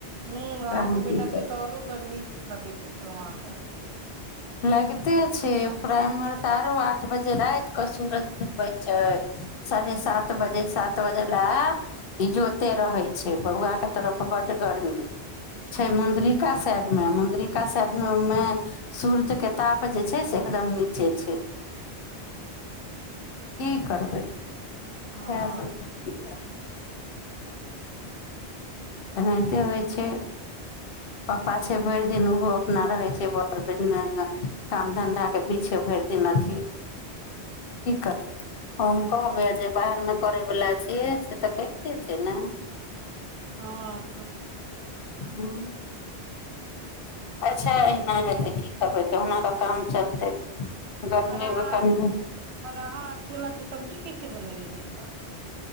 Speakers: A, on the right (about 75°); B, on the left (about 65°).
A: हुँ
B: ओकरा
A: अहाँके
B: हम की
A: बेटााक
B: कहब
A: के तऽ आओरो गर्मी लगे हेते वहाँ पे
B: लागिते छै ओरा एम्हर तऽ आरो आठ बजे राात कऽ सूरज डूबै छै साढ़े सात बजे सात बजे ल ईजोते रहै छै बौआ के तरफ बड गरमी छै मुुद्रीका शायद मुंद्रिका शायद उ मे सूर्य के ताप जे छै से एकदम नीचे छै की करबै इहा
A: हँ
B: सबच एनाहिते होइ छै पाप्पा छै भरि दिन ओहो अपना रहै छै बर बि काम धन्धाके पीछे भरि दिन अथि की करबै हम कहबै आ जे बाहरमे करयवला छियै से तऽ करिते छै ने
A: हँ त क
B: हूँ अच्छा एना हेतै की करबै कहुना कऽ काम चलतै गर्मीमे
A: आर रहा
B: कनि
A: आ रहा चूला कें सब्जी कैसे बनेलियै ता